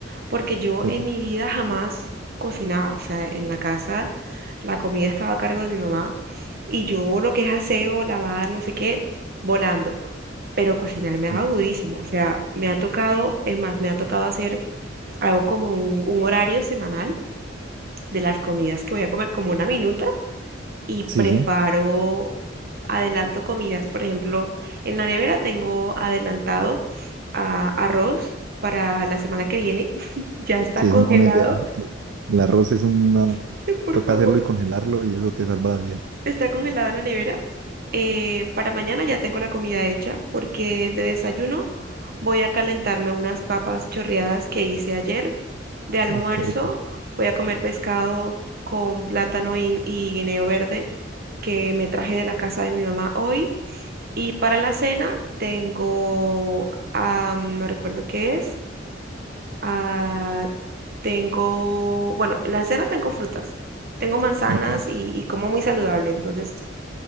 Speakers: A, on the right; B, on the right.
A: porque yo
B: Sí,
A: en mi vida jamás cocinaba, o sea, en la casa la comida estaba a cargo de mi mamá y yo lo que es aseo, lavar, no sé qué, volando, pero cocinar me ha
B: sí.
A: dado durísimo, o sea, me ha tocado, es más, me ha tocado hacer, hago como un, un horario semanal de las comidas que voy a comer, como una minuta y preparo,
B: Sí, sí,
A: adelanto comidas. Por ejemplo, en la nevera tengo adelantado ah, arroz para la semana que viene. <laughs> Ya está
B: sí, es
A: congelado,
B: una buena idea. El el arroz es una...
A: <laughs> por
B: Toca
A: favor.
B: hacerlo y congelarlo y eso te salva la vida.
A: Está congelado en la nevera. Eh, para mañana ya tengo la comida hecha porque de desayuno voy a calentarme unas papas chorreadas que hice ayer. De almuerzo
B: Uf, qué rico.
A: voy a comer pescado con plátano y, y guineo verde que me traje de la casa de mi mamá hoy. Y para la cena tengo, ah, no recuerdo qué es. ah, tengo, bueno, en la cena tengo frutas. Tengo manzanas
B: Ok,
A: y, y como muy saludable. Entonces,